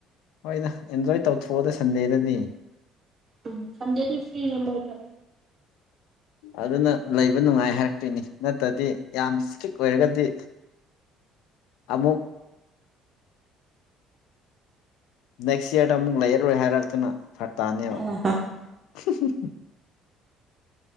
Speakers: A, on the left; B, on the right.
A: ꯍꯣꯏꯗ ꯑꯦꯟꯖꯣꯏ ꯇꯧꯊꯣꯛꯑꯣꯗ ꯁꯟꯗꯦꯗꯗꯤ
B: ꯎꯝ ꯁꯟꯗꯦꯗꯤ ꯐꯔꯤꯅꯦ ꯃꯣꯏꯁꯨ
A: ꯑꯗꯨꯅ ꯂꯩꯕ ꯅꯨꯡꯉꯥꯏ ꯍꯥꯏꯔꯛꯇꯣꯏꯅꯤ ꯅꯠꯇ꯭ꯔꯗꯤ ꯌꯥꯝ ꯏꯁꯇ꯭ꯔꯤꯛ ꯑꯣꯏꯔꯒꯗꯤ ꯑꯝꯃꯨꯛ ꯅꯦꯛꯁ ꯌꯥꯔꯗ ꯑꯃꯨꯛ ꯂꯩꯔꯣꯏ ꯍꯥꯏꯔꯛꯇꯨꯅ ꯐꯔ꯭ꯛ ꯇꯥꯅꯦꯕ
B: <unintelligible>
A: <unintelligible>